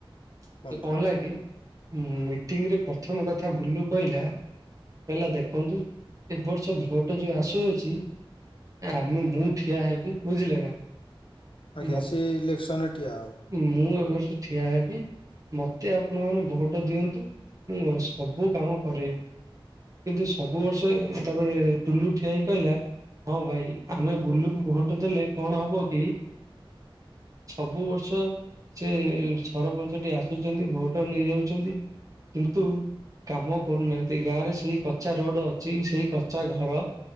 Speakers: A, on the left; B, on the right.
A: କୁହନ୍ତୁ
B: ସେ କଣ ହେଲାକି ମିଟିଂରେ ପ୍ରଥମ କଥା ବୁଲୁ କଇଲା କହିଲା ଦେଖନ୍ତୁ ଏ ବର୍ଷ ଭୋଟ ଯୋଉ ଆସୁଅଛି ଆମେ ମୁଁ ଠିଆ ହେବି ବୁଝିଲେ ନା?
A: ଆଜ୍ଞା
B: ମ
A: ସିଏ ଇଲେକ୍ସନ ରେ ଠିଆ ହବ।
B: ମୁଁ ଏ ବର୍ଷ ଠିଆ ହେବି। ମତେ ଆପଣ ମାନେ ଭୋଟ ଦିଅନ୍ତୁ ମୁଁ ସବୁ କାମ କରେଇବି। କିନ୍ତୁ ସବୁ ବର୍ଷ ତାପରେ ଟୁଲୁ ଠିଆ ହେଇ କହିଲା। ହଁ ଭାଇ ଆମେ ବୁଲୁ କୁ ଭୋଟ ଦେଲେ କଣ ହବ କି? ସବୁ ବର୍ଷ ସେ ସରପଞ୍ଚ ଟି ଆସୁଛନ୍ତି ଭୋଟ ନେଇଯାଉଛନ୍ତି। କିନ୍ତୁ କାମ କରୁନାହାନ୍ତି ଗାଁ ରେ ସେଇ କଚା ରୋଡ ଅଛି ସେଇ କଚା ଘର।